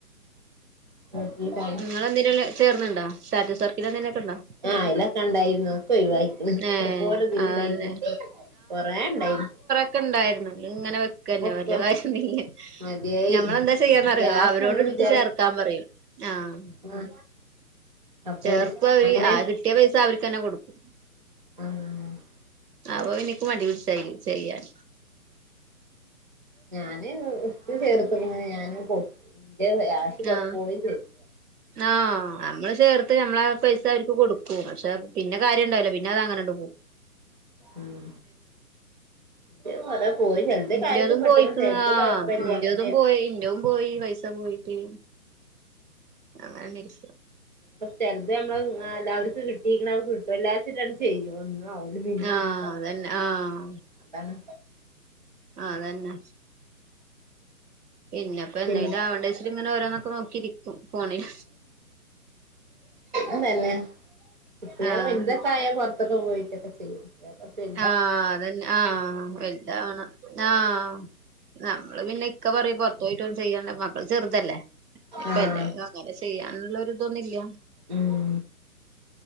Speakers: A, on the right; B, on the right.
A: <unintelligible>
B: നിങ്ങൾെന്തേലും ചേർന്ന്ണ്ടോ സ്‌റ്റസ്‌ വർക്ക് എന്തേലൊക്കെ ഉണ്ടോ
A: ആഹ് അതിലൊക്കെ ഉണ്ടായിരുന്നു ഒക്കെ ഒഴിവായി ഇത്ര
B: ഏഹ്
A: പോര ഇതില
B: അതന്നെ
A: ഇണ്ടായിരുന്നു കൊറേ ഇണ്ടായിരുന്നു
B: വർക്ക് ഉണ്ടായിരുന്നു ഇങ്ങനെ ക്ക് തന്നെ
A: ഒക്കെ
B: വല്യ കാര്യന്നില്ല
A: മതിയായി
B: ഞമ്മളെന്താ ചെയ്യാന്നറിയോ
A: ക്യാഷ്
B: അവരോട്ടുത്ത്
A: നമ്മള് വിചാ
B: ചേർ ത്താ പറയും ആഹ്
A: ആ അപ്പൊ
B: ചേർപ്പ്
A: ഒരു
B: അവര്
A: അങ്ങനെ
B: ആര് കിട്ടിയ പൈസ അവർക്ക് തന്നെ കൊടുക്കും
A: ഉം
B: അപ്പ എനിക്ക് മടിശ്യായി അയില് ചെയ്യാൻ
A: ഞാന് ഇത് ചേർത്തിന്ന് ഞാന് <unintelligible>
B: ആഹ്
A: പോയിം ചെയ്ത്
B: ആഹ് നമ്മള് ചേർത്ത് നമ്മള് പൈസ അവർക്ക് കൊടു ക്കും പക്ഷെ പിന്നെ കാര്യംണ്ടാവല്ലാ പിന്നെ അത് അങ്ങനെണ്ട് പോവും
A: ഉം ഇത് കുറെ പോയി ചെലത്
B: ഇൻ്റേതും
A: കാര്യത്തി പെട്ട്ണ്
B: പോയിക്കുന്ന
A: ചെലത്
B: ആഹ്
A: കൊഴപ്പല്ല
B: ഇന്റെതും
A: അങ്ങനേര്ന്നു
B: പോയിനും ഇൻ്റെ പോയി പൈസ പോയിട്ട് അങ്ങനെ തന്നെ ഇരിക്ക
A: നമ്മ ചെറുത് നമ്മള് എല്ലാവർക്കും കിട്ടീരിക്കക്ക് കിട്ടും എല്ലാച്ചാണ് ചെയ്യോ അവല് പിന്നെ
B: ആഹ്
A: ഒന്നും ഇണ്ടാവില്ല
B: അതന്നെ ആഹ്
A: അതാണ്
B: ആഹ് അതന്നെ പിന്നെപ്പ എന്തായാലും
A: പിന്നെ
B: ആണ്ട വെച്ചട്ട ഇങ്ങനെ ഓരോന്നൊക്കെ നോക്കിയിരിക്കും ഫോണിൽ
A: അതന്നെ കുട്ടികള്
B: ആഹ്
A: വലുതൊക്കെ ആയ പുറത്തൊക്കെ പോയിട്ടൊക്കെ ചെയ്യും െ <unintelligible>
B: ആഹ് അതന്നെ ആഹ് വലുതവണം ആഹ് നമ്മള് പിന്നെ ഇക്ക പറയും പൊറത്തയിട്ട ഒന്നും ചെയ്യണ്ട മക്കൾ ചെറുതല്ലേ ഇപ്പല്ലേ
A: ആഹ്
B: അങ്ങനെ ചെയ്യാനുള്ളരി ഇതൊന്നും ഇല്ല്യ
A: ഉം